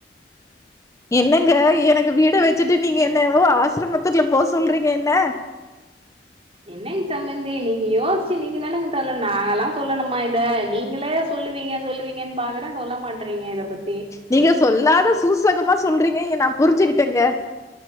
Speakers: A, on the left (about 20°); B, on the right (about 35°).
A: என்னங்க எனக்கு வீட வச்சுட்டு நீங்க என்னவோ ஆசிரமத்துக்ல போ சொல்றீங்க என்ன
B: என்னங்க சம்ந்தி நீங்க யோசுச்சு நீங்க தானேங்க சொல்ல நாங்கல்லா சொல்லனுமா இத நீங்களே சொல்லுவீங்க சொல்லுவீங்கன் பாக்குறே சொல்ல மாட்றீங்க இத பத்தி
A: நீங்க சொல்லாத சூசகமா சொல்றீங்க எ நா புரிஞ்சுகிட்டேங்க